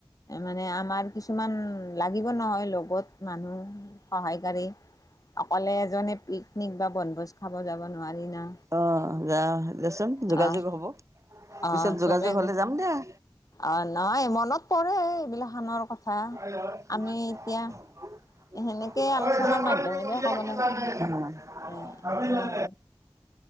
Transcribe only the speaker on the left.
মানে আমাৰ কিছুমান লাগিব নহয় লগত মানুহ সহায়কাৰী অকলে এজনে পিকনিক বা বনভোজ খাব যাব নোৱাৰি না
অ',
অ',
চবে
অ নাই মনত পৰে এইবিলাক খানৰ কথা।
আমি এতিয়া সেনেকেই আলোচনাৰ মাধ্যমেৰে ক'ব লাগিব। এ সেইটোৱে
আৰু